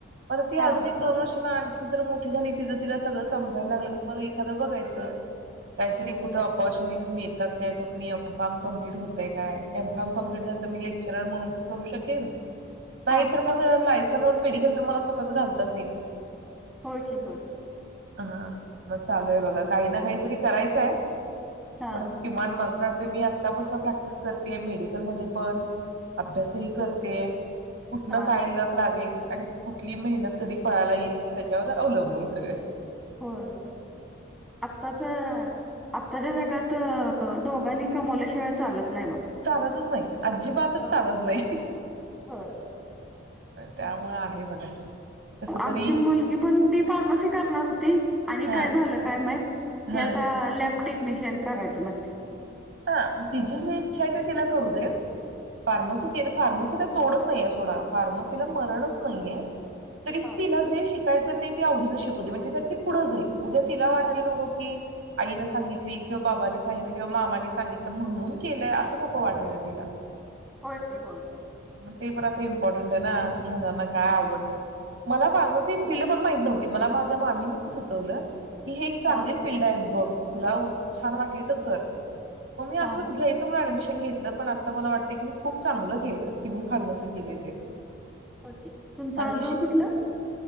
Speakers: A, on the right (about 55°); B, in the centre.
A: पण ती
B: हा
A: अजून एक दोन वर्षांनी आणखी जर मोठी झाली, तिझ तिला सगळं समजाय लागलं की मग एखादं बघायचं. कायतरी
B: हो
A: कुठं ऑपॉरच टीनिज मिळतात काय, तो पण एम फार्म कंप्लीट होतय काय, एम फार्म कंप्लीट झालं तर मी लेक्चरर म्हणून पण करू शकेल. नाही
B: हा
A: तर मग अ लायस तन मेडिकल तर मला स्वताच घालताच <inaudible>
B: होय की होय
A: हां मग चालूय
B: हम्म.
A: बघा काही ना काही तरी करायचाय
B: हा
A: पण किमान तर मी आत्तापासन प्रॅक्टिस करतीये मेडिकलमध्येपण अभ्यासही करतीये कुठनं
B: हा
A: काय लक लागेल आणि कुठली मेहनत कधी फळाला येईल त्याच्यावर अवलंबून सगळं
B: होय, होय आत्ताच आत्ताच्या जगात तर दोघांनी कमवल्याशिवाय चालत नाही बघा.
A: चालतच नाही अजिबातच
B: हो
A: चालत
B: हो
A: नाही
B: होय.
A: त्यामुळे आहे बघा कस तरी
B: आमची मुलगी पण बी फार्मसी करणार होती आणि
A: हा
B: काय झालं काय माहित
A: हा
B: ती आता लॅप टेक्निशियन करायचं म्हणती
A: हा तिची जी इच्छा आहे ते तिला करू देत फार्मसी
B: हा
A: केलं फार्मसीला तोडच नाहीे सोडा फार्मसीला मरणाचं नाहीये तरी
B: हा
A: तिला जे शिकायचं ते आवडीने शिकव दे म्हणजे त्या ती पुढं जाईल उद्या तिला वाटायला
B: हा
A: नको की आईनें सागितली किंवा बाबाांनी सांगितली किंवा मामानी सांगितलं म्हणून केलंय असं नको वाटायला तिला
B: होय कि होय
A: ते पण आता इम्पॉर्टंट. आहे ना मुलांना काय आवडते मला फार्मसी
B: हो
A: फिल्ड पण माहित नव्हती मला माझ्या मामीनी सुचवलं ही हे एक चांगली
B: हा
A: फील्ड आहे बघ तुला छान वाटली तर कर मी असंच
B: हा हा
A: घ्यायचं म्हणून ऍडमिशन पण घेतलं पण मला आता वाटतं खूप चागलं केलं की मी फार्मसी केलं ते
B: ओके तुमचं
A: कारण
B: आजोळ
A: की
B: कुठलं